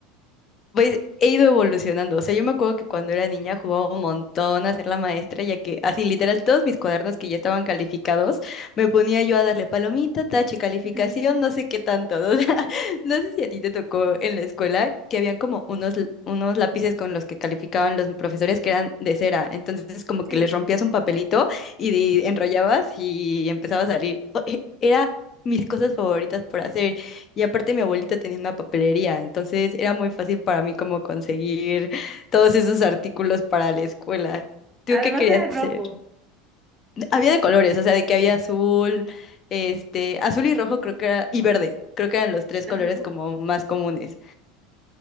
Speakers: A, on the left; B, on the right.
A: Pues he ido evolucionando. O sea, yo me acuerdo que cuando era niña jugaba un montón a ser la maestra, ya que así literal todos mis cuadernos que ya estaban calificados, me ponía yo a darle palomita, tache, calificación,
B: <laughs>
A: no sé qué tanto. <laughs> O sea, no sé si a ti te tocó en la escuela que habían como unos, l- unos lápices con los que calificaban los profesores que eran de cera. Entonces, como que
B: Sí,
A: les rompías un papelito y de- enrollabas y empezaba a salir. O- e- Era mis cosas favoritas por hacer. Y aparte mi abuelita tenía una papelería, entonces era muy fácil para mí como conseguir todos esos artículos para la escuela. ¿Tú
B: además
A: qué querías
B: era rojo.
A: hacer? Había de colores, o sea, de que había
B: No.
A: azul, este, azul y rojo creo que era, y verde, creo que eran los tres
B: Ajá.
A: colores como más comunes.